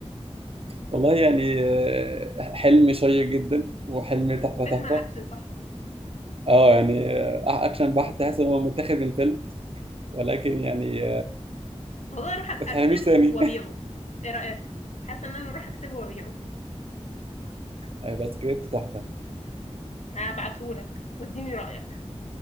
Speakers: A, on the right (about 55°); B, on the left (about 75°).
A: والله يعني آه، حلم شيق جدا وحلم تحفة
B: فيلم
A: تحفة
B: أكشن تحفة
A: اه يعني آه، أكشن بحت تحس إن هو متاخد من الفيلم ولكن يعني
B: والله اروح
A: ما تحرميش
B: اكتبه
A: تاني
B: وابيعه
A: <laughs>
B: ايه رايك حاسه ان انا اروح اكتبه وابيعه
A: هيبقى سكريبت تحفة
B: هبعتهولك واديني رايك